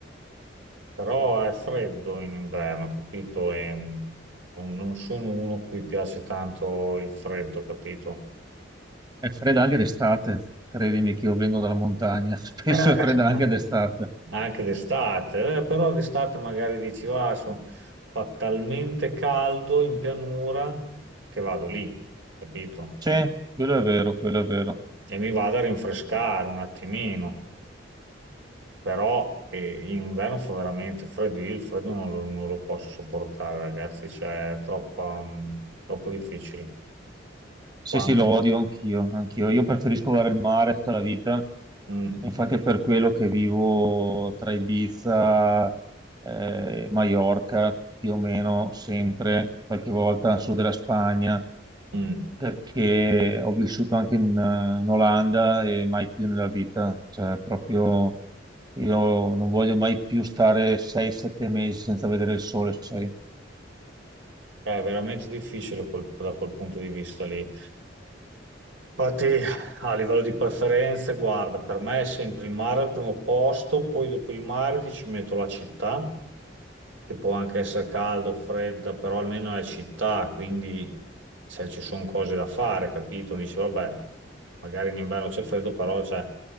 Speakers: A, on the right; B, on the right.
A: però è freddo in inverno, capito? E, mh, non sono uno a cui piace tanto il freddo, capito?
B: È fredda anche d'estate, credimi che io vengo dalla montagna, <laughs> spesso
A: Eh, Eh,
B: è fredda anche d'estate.
A: anche d'estate, eh, però d'estate magari dici, va, so- fa talmente caldo in pianura che vado lì, capito?
B: Sì, quello è vero, quello è vero.
A: E mi vado a rinfrescare un attimino, però eh, in inverno fa veramente freddo, io il freddo non, lo non lo posso sopportare, ragazzi, cioè è troppo, mm, troppo difficile.
B: Sì,
A: Quando...
B: sì, lo odio anch'io, anch'io. Io preferisco guardare il mare tutta la vita,
A: Mm,
B: infatti è per quello che vivo tra Ibiza, eh, Maiorca, più o meno sempre, qualche volta al sud della Spagna,
A: mm.
B: perché ho vissuto anche in, eh, in Olanda e mai più nella vita, cioè proprio io non voglio mai più stare 6-7 mesi senza vedere il sole, sai?
A: È veramente difficile quel- da quel punto di vista lì. Infatti, a livello di preferenze, guarda, per me è sempre il mare al primo posto, poi dopo il mare ti ci metto la città, che può anche essere caldo, fredda, però almeno è città, quindi se ci sono cose da fare, capito? Dici, vabbè, magari in inverno c'è freddo, però cioè,